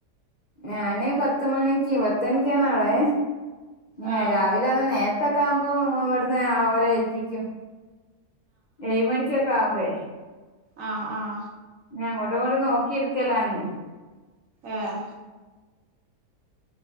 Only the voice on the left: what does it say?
ഞാന് പത്ത് മണിക്ക് പത്ത് മണിക്കാന്നാളെ ഞാൻ
രാവിലെ ആന്ന നേര ക്കെ ആവുമ്പോ ഇവിടന്ന് ഓര ഏൽപ്പിക്കും ഏഴ മണിക്കൊക്കെ ആകുമ്പേ
ഞൻ അങ്ങോട്ടും ഇങ്ങോട്ടും നോക്കി എടുക്കലാണ്